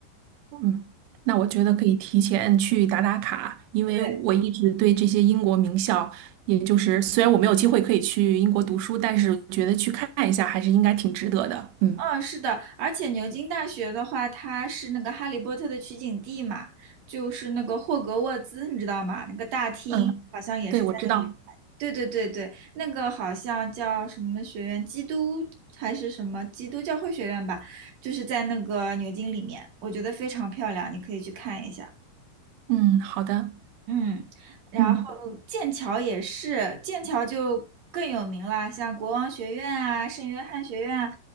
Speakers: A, on the right; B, on the right.
A: 嗯，那我觉得可以提前去打打卡，因为我一直对这些英国名校，
B: 对，
A: 也就是虽然我没有机会可以去英国读书，但是觉得去看一下还是应该挺值得的。嗯
B: 嗯，是的，而且牛津大学的话，它是那个《哈利波特》的取景地嘛，就是那个霍格沃兹，你知道吗？那个大厅好像也是在那里拍。
A: 嗯，对，我知道。
B: 对对对对，那个好像叫什么学院，基督还是什么基督教会学院吧，就是在那个牛津里面，我觉得非常漂亮，你可以去看一下。
A: 嗯，好的。
B: 嗯，然后剑桥也是，
A: 嗯，
B: 剑桥就更有名了，像国王学院啊、圣约翰学院啊，